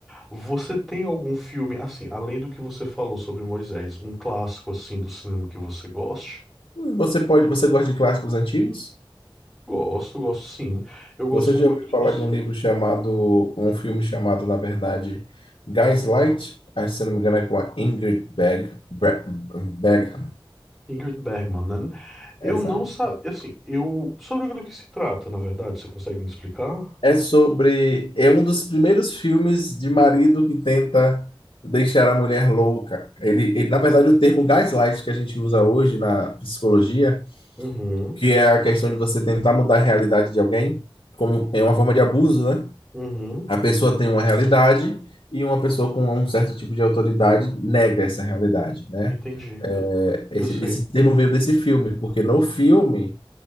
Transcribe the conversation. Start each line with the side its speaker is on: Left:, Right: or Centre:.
Centre: Você tem algum filme, assim, além do que você falou sobre Moisés, um clássico assim do cinema que você goste?
Left: Você pode, você gosta de clássicos antigos?
Centre: Gosto, gosto sim. Eu gosto
Left: Você já
Centre: muito
Left: ouviu falar
Centre: dos
Left: de um livro chamado, um filme chamado, na verdade, Gaslight? Acho que, se não me engano, é com a Ingrid Berg, Bre- Bergman.
Centre: Ingrid Bergman, né? Eu
Left: Exato.
Centre: não sabia, assim, eu. Sobre o que se trata, na verdade, você consegue me explicar?
Left: É sobre, é um dos primeiros filmes de marido que tenta deixar a mulher louca. Ele, ele- na verdade, o termo gaslight que a gente usa hoje na psicologia,
Centre: Uhum,
Left: que é a questão de você tentar mudar a realidade de alguém, como é uma forma de abuso, né?
Centre: uhum,
Left: A pessoa tem uma realidade e uma pessoa com um certo tipo de autoridade nega essa realidade, né?
Centre: entendi.
Left: É, Esse,
Centre: Eu sei.
Left: esse termo veio desse filme, porque no filme,